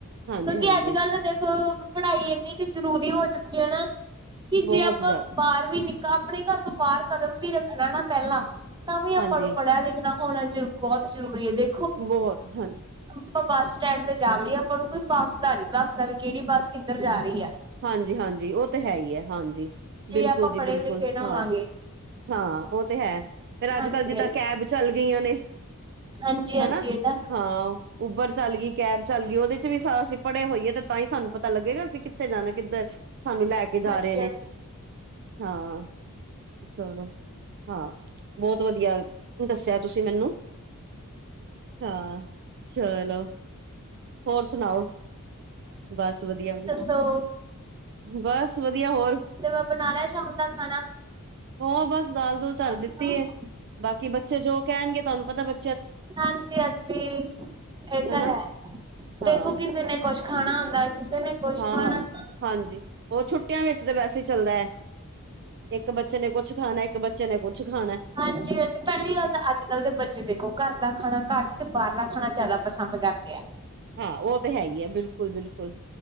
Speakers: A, on the right; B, on the right.
A: ਹਾਂਜੀ-ਹਾਂਜੀ,
B: ਕਿਉਂਕਿ ਅੱਜ-ਕੱਲ੍ਹ ਤਾਂ ਦੇਖੋ ਪੜ੍ਹਾਈ ਇੰਨੀ ਕੁ ਜ਼ਰੂਰੀ ਹੋ ਚੁੱਕੀ ਹੈ ਨਾ, ਕਿ
A: ਬਹੁਤ
B: ਜੇ ਆਪਾਂ
A: ਜ਼ਿਆਦਾ
B: ਬਾਹਰ ਵੀ ਨਿਕ ਆਪਣੇ ਘਰ ਤੋਂ ਬਾਹਰ ਕਦਮ ਵੀ ਰੱਖਣਾ ਨਾ ਪਹਿਲਾਂ, ਤਾਂ ਵੀ ਆਪਾਂ
A: ਹਾਂਜੀ,
B: ਨੂੰ ਪੜ੍ਹਿਆ ਲਿਖਣਾ ਹੋਣਾ ਜਰੁ ਬੋਹਤ ਜ਼ਰੂਰੀ ਐ ਦ
A: ਬੋਹਤ, ਹਾਂਜੀ।
B: ਆਪਾਂ ਬੱਸ ਸਟੈਂਡ ਤੇ ਜਾ ਵੜੀਏ, ਆਪਾਂ ਨੂੰ ਕੋਈ ਬੱਸਦਾ ਨੀ ਦੱਸਦਾ, ਵੀ ਕਿਹੜੀ ਬੱਸ ਕਿੱਧਰ ਜਾ ਰਹੀ ਐ।
A: ਹਾਂਜੀ-ਹਾਂਜੀ, ਉਹ ਤਾਂ ਹੈ ਹੀ ਐ। ਹਾਂਜੀ, ਬਿਲਕੁਲ
B: ਜੇ ਆਪਾਂ
A: ਜੀ
B: ਪੜ੍ਹੇ
A: ਬਿਲਕੁਲ
B: ਲਿਖੇ ਨਾ
A: ਹਾਂ।
B: ਹੋਵਾਂਗੇ
A: ਹਾਂ, ਉਹ ਤੇ ਹੈ। ਫੇਰ ਅੱਜ-ਕੱਲ
B: ਹਾਂਜੀ
A: ਜਿੱਦਾਂ
B: ਹਾਂਜੀ
A: ਕੈਬ ਚੱਲ ਗਈਆਂ ਨੇ।
B: ਹਾਂਜੀ ਹਾਂਜੀ
A: ਹਨਾ,
B: ਇਹ ਤਾਂ
A: ਹਾਂ। ਉਬਰ ਚੱਲ ਗਈ, ਕੈਬ ਚੱਲ ਗਈ। ਉਹਦੇ ਚ ਵੀ ਅਸੀਂ ਪੜੇ ਹੋਈਏ ਤੇ ਤਾਂ ਹੀ ਸਾਨੂੰ ਪਤਾ ਲੱਗੇਗਾ। ਅਸੀਂ ਕ ਉੱਥੇ ਜਾਣਾ ਕਿੱਧਰ, ਸਾਨੂੰ ਲੈ ਕੇ ਜਾ
B: ਹਾਂਜੀ
A: ਰਹੇ ਨੇ, ਹਾਂ। ਚਲੋ, ਹਾਂ। ਬਹੁਤ ਵਧੀਆ ਦੱਸਿਆ ਤੁਸੀਂ ਮੈਨੂੰ। ਹਾਂ, ਚਲੋ। ਹੋਰ ਸੁਣਾਓ? ਬਸ ਵਧੀਆ ਵ
B: ਹੈਲੋ।
A: ਬਸ, ਵਧੀਆ ਹੋਰ।
B: ਹੋ ਬਣਾ ਲਿਆ ਸ਼ਾਮ ਦਾ ਖਾਣਾ
A: ਉਹ ਬਸ ਦਾਲ-ਦੂਲ ਧਰ
B: ਹਾਂਜੀ
A: ਦਿੱਤੀ
B: ਹਾਂਜੀ
A: ਏ। ਬਾਕੀ ਬੱਚੇ ਜੋ ਕਹਿਣਗੇ, ਤੁਹਾਨੂੰ ਪਤਾ ਬ
B: ਹਾਂਜੀ-ਹਾਂਜੀ। ਇਹ
A: ਹਨਾ।
B: ਤਾਂ ਹੈ,
A: ਹਾਂ,
B: ਦੇਖੋ ਕਿਸੇ ਨੇ ਕੁਛ ਖਾਣਾ ਹੁੰਦਾ। ਕਿਸੇ ਨੇ ਕੁਛ
A: ਹਾਂ-ਹਾਂ।
B: ਖਾਣਾ
A: ਹਾਂਜੀ, ਉਹ ਛੁੱਟੀਆਂ ਵਿੱਚ ਤਾਂ ਵੈਸੇ ਈ ਚੱਲਦਾ ਐ। ਇੱਕ ਬੱਚੇ ਨੇ ਕੁਛ ਖਾਣਾ, ਇੱਕ ਬੱਚੇ ਨੇ ਕੁਛ ਖਾਣਾ।
B: ਹਾਂਜੀ-ਹਾਂਜੀ। ਪਹਿਲੀ ਗੱਲ ਤਾਂ ਅੱਜ ਅਜ-ਕੱਲ ਦੇ ਬੱਚੇ ਦੇਖੋ, ਘਰ ਦਾ ਖਾਣਾ ਘੱਟ ਤੇ ਬਾਹਰਲਾ ਖਾਣਾ ਜ਼ਿਆਦਾ ਪਸੰਦ ਕਰਦੇ ਐ।
A: ਹਾਂ। ਉਹ ਤੇ ਹੈ ਹੀ ਐ। ਬਿਲਕੁਲ-ਬਿਲਕੁਲ।